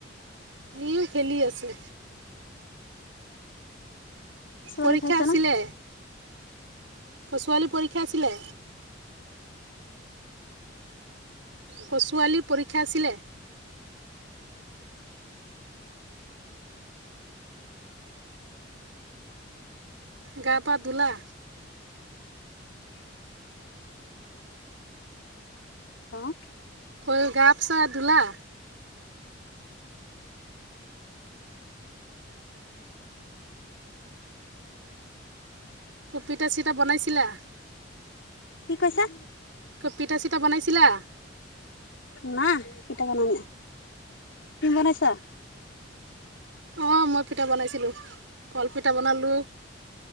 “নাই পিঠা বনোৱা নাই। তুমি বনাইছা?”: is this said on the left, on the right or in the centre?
Left